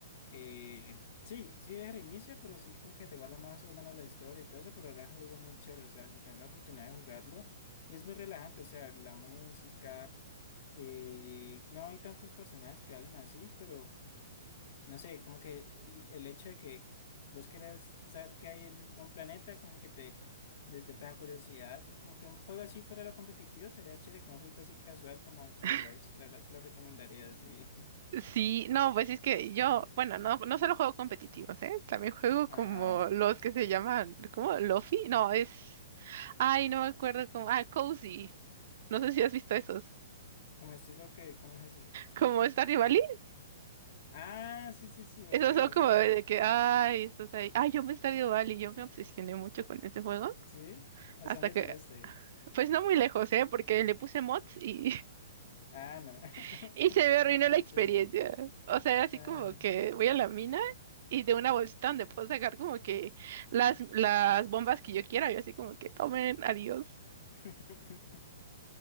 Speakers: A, on the left (about 50°); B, on the right (about 55°).
A: Eh, sí, sí es reinicia, pero sí como que te guarda más o menos la historia y todo eso, pero ahora es un juego muy chévere, o sea, si tienes la oportunidad de jugarlo, y es muy relajante, o sea, la música, eh, no hay tantos personajes que hablen así, pero no sé, como que el, el hecho de que vos querés saber qué hay en un planeta, como que te despierta la curiosidad, y como que un juego así fuera lo competitivo, sería chévere, como un jueguito así casual como Outer
B: <laughs>
A: Wilds, la verdad te lo recomendaría, sí. <laughs>
B: Sí, no, pues es que yo, bueno, no, no solo juego competitivos, ¿eh? También juego como
A: Ajá.
B: los que se llaman, ¿cómo? ¿Lofi? No, es... Ay, no me acuerdo cómo... Ah, Cozy. No sé si has visto esos.
A: Como estilo que, ¿cómo es eso?
B: Como Stardew Valley,
A: Ah, sí, sí, sí,
B: esos
A: juegazo.
B: son como de que, ay, estás ahí. Ay, yo me Stardew Valley, yo me obsesioné mucho con ese juego.
A: ¿Sí? ¿Hasta
B: Hasta
A: dónde
B: que,
A: llegaste?
B: pues no muy lejos, ¿eh? Porque le puse mods y,
A: Ah, no.
B: <laughs> y
A: <laughs>
B: se me arruinó
A: No, pero
B: la experiencia.
A: chévere.
B: O sea, era así
A: Ah,
B: como que voy a la mina y de una bolsita donde puedo sacar como que las, las bombas que yo quiera. Yo así como que tomen, adiós.
A: <laughs>